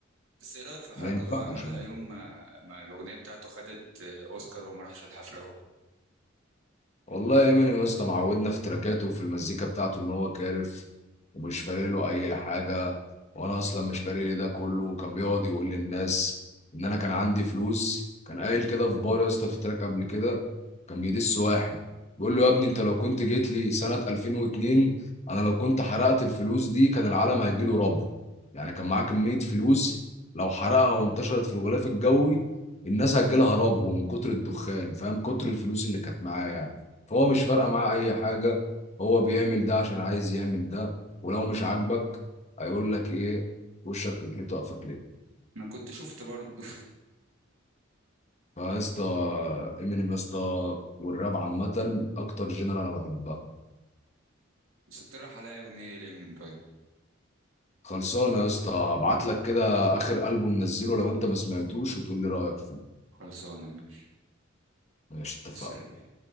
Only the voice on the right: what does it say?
بس ايه رأيك في الحركة
اللي هو عملها يوم ما, ما الأغنية بتاعته خدت آه، أوسكار وما راحش الحفلة أهو
أنا كنت شفت برضه
<laughs> بس اقترح عليا أغنية لإمينيم طيب
خلصانة ماشي
سلام